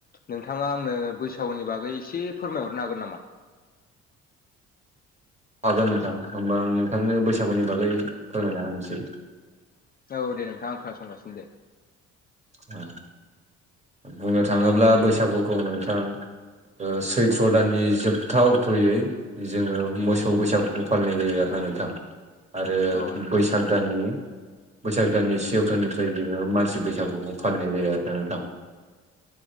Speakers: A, on the left; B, on the right.
A: नोंथांङा आंनो बैसागुनि बागै एसे फोरमायहरनो हागोन नामा?
B: हागोन नोंथां होमबा आं नोंथांनो बैसागुनि बागै फोरमायना होनोसै।
A: औ दे नोंथांं आं खोनासंगासिनो दे।
B: औ बुंनो थांङोब्ला बैसागुखौ नोंथां ओ सैथ्र' दाननि जोबथा अक्ट'यै जोंङो मोसौ बैसागुखौ फालिनाय जायो आरोना नोंथां आरो
A: औ नोंथां
B: बैसाग दाननि बैसाग दाननि से अक्ट'निफ्राय जोंङो मानसि बैसागुखौ फालिनाय जायो आरोना नोंथां।